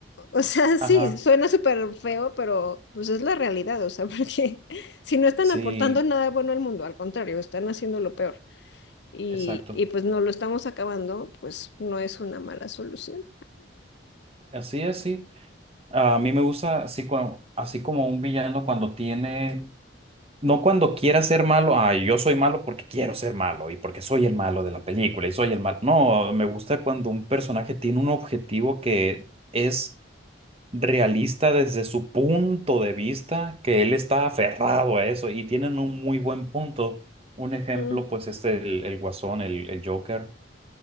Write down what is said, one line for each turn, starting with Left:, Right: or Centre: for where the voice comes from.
Left: O sea, <laughs> sí,
Right: ajá,
Left: suena súper feo, pero pues es la realidad, o sea, <laughs> porque si no están
Right: sí,
Left: aportando nada bueno al mundo, al contrario, están haciendo lo peor y,
Right: exacto.
Left: y pues no lo estamos acabando, pues no es una mala solución.
Right: Así es, sí. A mí me gusta así, cua- así como un villano cuando tiene, no cuando quiera ser malo, ah, yo soy malo porque quiero ser malo y porque soy el malo de la película y soy el malo. No, me gusta cuando un personaje tiene un objetivo que es realista desde su punto de vista, que él está aferrado a eso y tienen un muy buen punto. Un
Left: Ujú,
Right: ejemplo, pues, es el, el Guasón, el, el Joker.